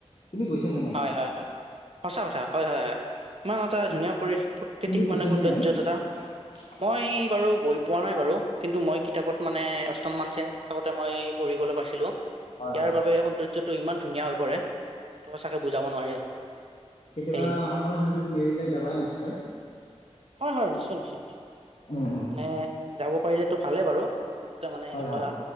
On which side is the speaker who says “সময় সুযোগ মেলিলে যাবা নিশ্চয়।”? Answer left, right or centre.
Left